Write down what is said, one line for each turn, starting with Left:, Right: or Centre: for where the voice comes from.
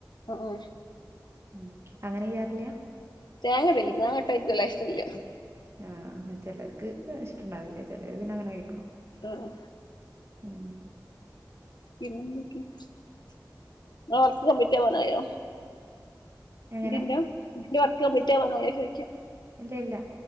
Left: ഓ ഓ
Right: ഉം അങ്ങനെ ചെയ്യാറില്ല
Left: തേങ്ങടെല്ലാ തേങ്ങാട്ടാ ഇൻക്ക് വല്ലാ ഇഷ്ടല്ല
Right: ആഹ് ചിലർക്ക് ഇഷ്ടുണ്ടാവില്ലേ ചിലര് പിന്നെ അങ്ങനെ കയിക്കും
Left: ആഹ്
Right: ഉം
Left: പിന്നന്തൊക്കെ ഇങ്ങളെ വർക് കംപ്ലീറ്റ് ആവാനായോ
Right: എങ്ങനെ
Left: ഇതിന്റെ ഇതിന്റെ വർക്ക് കംപ്ലീറ്റ് ആവാനായോചോയിക്ക
Right: ഇല്ല ഇല്ല